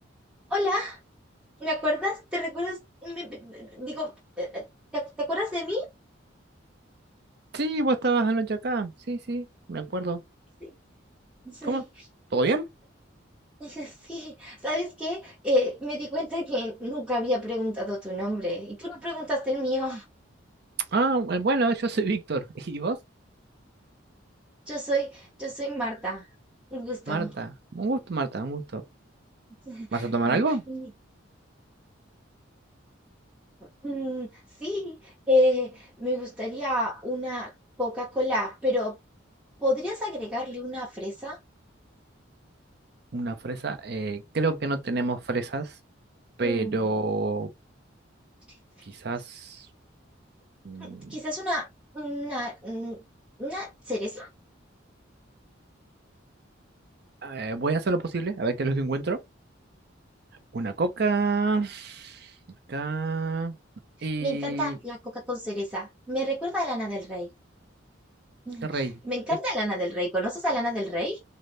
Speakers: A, in the centre; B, on the right.
A: hola, ¿me acuerdas? ¿Te recuerdas? Me- me- me- digo, eh, eh, ¿te, te acuerdas de mí?
B: Sí, vos estabas anoche acá. Sí, sí, me acuerdo.
A: Sí.
B: ¿Cómo?
A: Sí.
B: ¿Todo bien?
A: <laughs> sí, sí. ¿Sabes qué? Eh, me di cuenta que nunca había preguntado tu nombre y tú no preguntaste el mío.
B: Ah, eh, bueno, yo soy Víctor. <laughs> ¿Y vos?
A: Yo soy, yo soy Marta. Un gusto.
B: Marta, un gusto, Marta, un gusto.
A: <laughs>
B: ¿Vas a tomar
A: Y-
B: algo?
A: y- mm, Sí, eh, me gustaría una Coca-Cola, pero ¿podrías agregarle una fresa?
B: Una fresa. eh, creo que no tenemos fresas, pero
A: Mm, sí, fresas.
B: quizás mm,
A: Mm, Quizás una, una, mm, una cereza.
B: eh, voy a hacer lo posible, a ver qué es lo que encuentro. Una coca, acá, y
A: Me encanta la coca con cereza. Me recuerda a Lana del Rey. <laughs>
B: el rey.
A: Me encanta
B: Sí,
A: Lana del Rey. ¿Conoces a Lana del Rey?